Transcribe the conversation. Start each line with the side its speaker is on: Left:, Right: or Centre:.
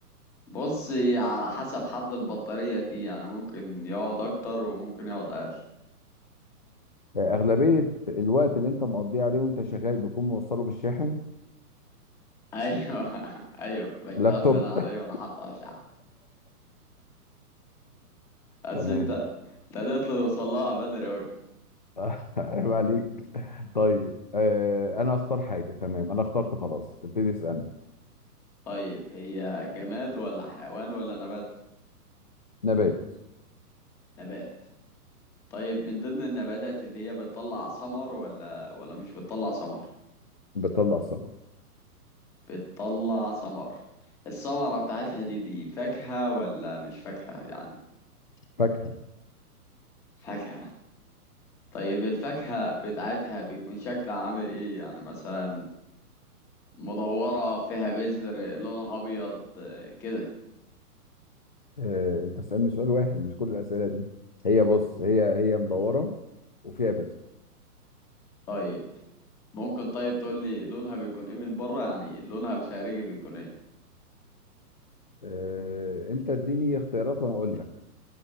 Centre: بص هي على حسب حالة البطارية فيه يعني ممكن يقعد اكتر وممكن يقعد اقل
Left: آه أغلبية الوقت اللي أنت مقضيه عليه وأنت شغال بيكون موصله بالشاحن
Centre: ايوه <laughs> ايوه بيشتغل
Left: لابتوب
Centre: فعلا عليه
Left: <laughs>
Centre: وانا حاطه على الشحن بس
Left: تمام
Centre: انت انت قدرت توصل لها بدري اوي
Left: آه، عيب عليك طيب آه أنا أختار حاجة تمام أنا اخترت خلاص ابتدي اسألني
Centre: طيب هي جماد ولا حيوان ولا نبات
Left: نبات
Centre: نبات طيب من ضمن النباتات اللي هي بتطلع ثمر ولا ولا مش بتطلع ثمر
Left: بتطلع ثمر
Centre: بتطلع ثمر الثمرة بتاعتها دي دي فاكهة ولا مش فاكهة يعني
Left: فاكهة
Centre: فاكهة طيب الفاكهة بتاعتها بيكون شكلها عامل ايه يعني مثلا مدورة فيها بذر لونها ابيض آه، كده
Left: آه، انت تسألني سؤال واحد مش كل الأسئلة دي هي بص هي هي مدورة وفيها بذر
Centre: طيب ممكن طيب تقول لي لونها بيكون ايه من بره يعني لونها الخارجي بيكون ايه
Left: آه، انت اديني اختيارات وانا اقول لك